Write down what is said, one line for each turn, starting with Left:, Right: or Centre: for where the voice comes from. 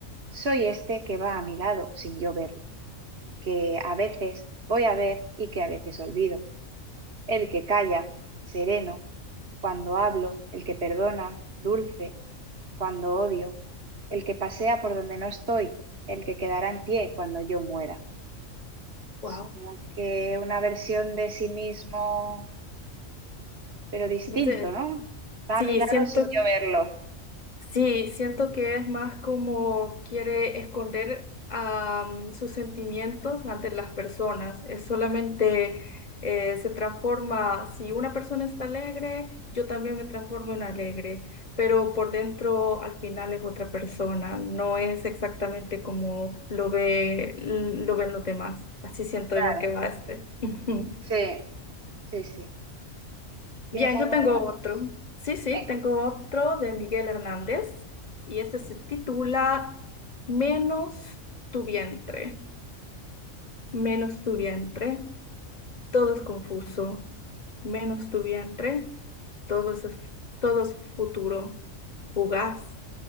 Right: Soy este que va a mi lado sin yo verlo. que a veces voy a ver y que a veces olvido. El que calla, sereno, cuando hablo, el que perdona, dulce, cuando odio, el que pasea por donde no estoy, el que quedará en pie cuando yo muera.
Left: Wow,
Right: Es como que una versión de sí mismo, pero distinto,
Left: no sé.
Right: ¿no? Está
Left: Sí,
Right: a mi lado
Left: siento.
Right: sin yo verlo.
Left: Sí, siento que es más como quiere esconder am, sus sentimientos ante las personas. Es solamente eh, se transforma, si una persona está alegre, yo también me transformo en alegre, pero por dentro al final es otra persona, no es exactamente como lo ve, lo ven los demás. Así siento
Right: Claro,
Left: yo que va este. <laughs>
Right: sí, sí, sí. ¿Tienes
Left: Bien,
Right: alguno
Left: yo tengo
Right: más?
Left: otro. Sí, sí,
Right: Venga,
Left: tengo otro de Miguel Hernández y este se titula Menos tu vientre, menos tu vientre, todo es confuso, menos tu vientre, todo es, todo es futuro, fugaz,